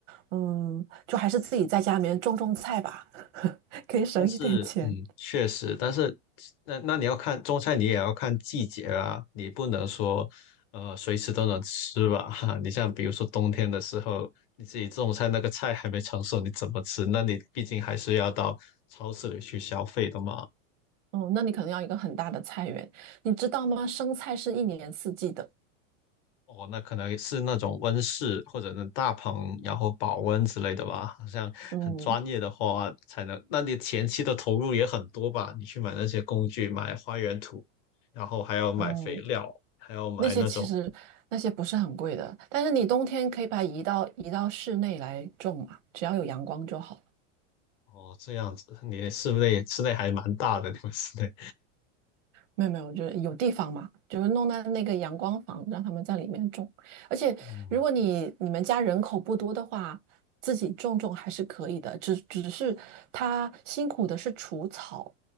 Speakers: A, on the right (about 75°); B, on the left (about 45°).
A: 嗯，就还是自己在家里面种种菜吧。可以省一点钱。
B: 但是嗯，确实，但是那那你要看种菜，你也要看季节啊，你不能说呃随时都能吃吧。<laughs> 哈，你像比如说冬天的时候，你自己种菜那个菜还没成熟，你怎么吃？那你毕竟还是要到超市里去消费的嘛。
A: 哦，那你可能要一个很大的菜园，你知道吗？生菜是一年四季的。
B: 哦，那可能是那种温室或者那大棚，然后保温之类的吧。好像很专业的话才能，
A: 嗯
B: 那你前期的投入也很多吧？你去买那些工具，买花园土，然后还要买肥料，
A: 嗯，
B: 还要买那种，
A: 那些其实那些不是很贵的，但是你冬天可以把它移到移到室内来种嘛，只要有阳光就好了。
B: 哦，这样子，你室内室内还蛮大的，你们室内。
A: 没有没有，就是有地方嘛，就是弄在那个阳光房，让他们在里面种。而且如果你你们家人口不多的话，
B: 嗯
A: 自己种种还是可以的，只只是他辛苦的是除草。